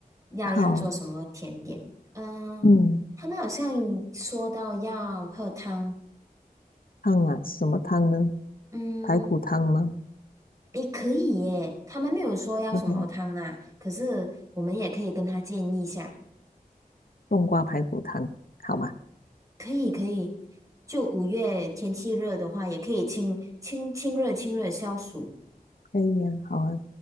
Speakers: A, on the right; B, on the left.
A: 要要做什么甜点。
B: 好，
A: 嗯、
B: 嗯，
A: 他们好像说到要喝汤，
B: 汤啊，什么汤呢？
A: 嗯，
B: 排骨汤吗
A: 也可以耶。他们没有说要什么汤啦，
B: ？OK，
A: 可是我们也可以跟他建议一下。
B: 冬瓜排骨汤，好吗？
A: 可以可以，就五月天气热的话，也可以清清清热清热消暑。
B: 可以呀、好啊，